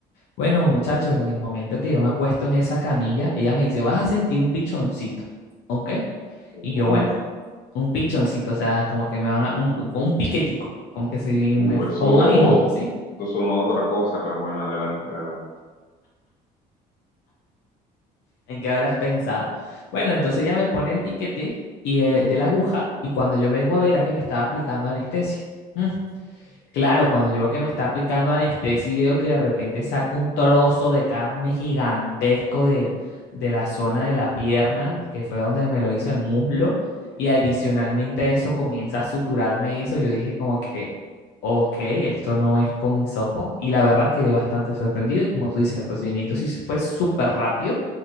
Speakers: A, on the left (about 80°); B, on the left (about 55°).
A: Bueno, muchachos, en el momento que yo me acuesto en esa camilla, ella me dice, vas a sentir un pichoncito, ¿ok? Y
B: ¿Cómo?
A: yo, bueno, un pichoncito, o sea, como que me van a, un, un piquetico, como que si
B: Uh,
A: me, fu-
B: eso,
A: como un aguijón, ¿sí?
B: eso sonó otra cosa, pero bueno, adelante, adelante.
A: ¿En qué habrás pensado? Bueno, entonces ya me pone el piquete y el de la aguja y cuando yo vengo a ver a que me estaba aplicando anestesia. Ujú. Claro, cuando yo veo que me está aplicando anestesia y veo que de repente saca un trozo de carne gigantesco de, de la zona de la pierna, que fue donde me lo hizo el muslo, y adicionalmente a eso comienza a suturarme eso, yo dije como que, ok, esto no es con hisopo, y la verdad quedé bastante sorprendido, y como tú dices, el procedimiento sí fue súper rápido,